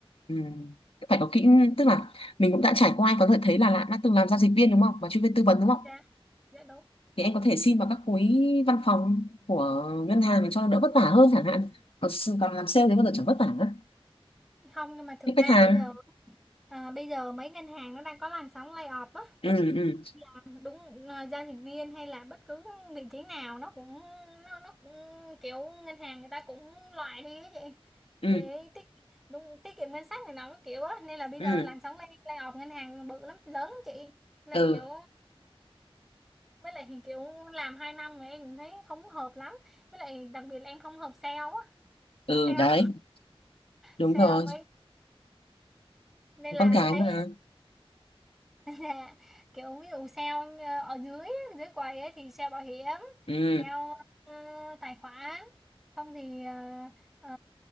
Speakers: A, on the left; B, in the centre.
A: ừm, phải có kỹ tức là mình cũng đã trải qua em có thể thấy là đã, đã từng làm giao dịch viên đúng không và chuyên viên tư vấn đúng không
B: dạ dạ đúng
A: thì em có thể xin vào các khối văn phòng của ngân hàng để cho đỡ vất vả hơn chẳng hạn còn, s- còn làm sale thì bao giờ chẳng vất vả nữa
B: không nhưng mà thực
A: biết
B: ra
A: khách hàng
B: bây giờ à, bây giờ mấy ngân hàng nó đang có làn sóng layoff á
A: ừ ừ
B: À, đúng à, giao dịch viên hay là bất cứ vị trí nào nó cũng nó nó cũng kiểu ngân hàng người ta cũng loại đi á chị
A: ừ
B: để tiết đúng tiết kiệm ngân sách này nọ cái kiểu á nên là bây
A: ừ
B: giờ làn sóng lay layoff ngân hàng bự lắm lớn lắm chị là
A: ừ
B: kiểu với lại thì kiểu làm 2 năm mà em cũng thấy không hợp lắm với lại đặc biệt là em không hợp sale á
A: ừ
B: sale
A: đấy đúng
B: sale
A: rồi
B: mấy nên là
A: con cái
B: thấy
A: mà
B: á, <laughs> là kiểu ví dụ sale ờ, ở dưới á, dưới quầy ấy thì sale bảo hiểm
A: ừ
B: sale ờ, tài khoản không thì ờ, ờ,